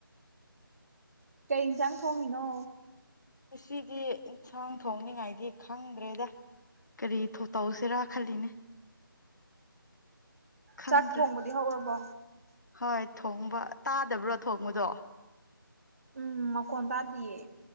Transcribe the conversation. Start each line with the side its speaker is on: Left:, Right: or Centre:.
Right: ꯀꯩ ꯏꯟꯖꯥꯡ ꯊꯣꯡꯉꯤꯅꯣ
Left: ꯉꯁꯤꯗꯤ ꯏꯟꯁꯥꯡ ꯊꯣꯡꯅꯤꯉꯥꯏꯗꯤ ꯈꯪꯗ꯭ꯔꯦꯗ ꯀꯔꯤ ꯊꯣꯇꯧꯁꯤꯔꯥ ꯈꯜꯂꯤꯅꯦ ꯈꯪꯗ꯭ꯔꯦ
Right: ꯆꯥꯛ ꯊꯣꯡꯕꯗꯤ ꯍꯧꯔꯕꯣ
Left: ꯍꯣꯏ ꯊꯣꯡꯕ ꯇꯥꯗꯕ꯭ꯔꯣ ꯊꯣꯡꯕꯗꯣ
Right: ꯎꯝ ꯃꯈꯣꯟ ꯇꯥꯗꯤꯌꯦ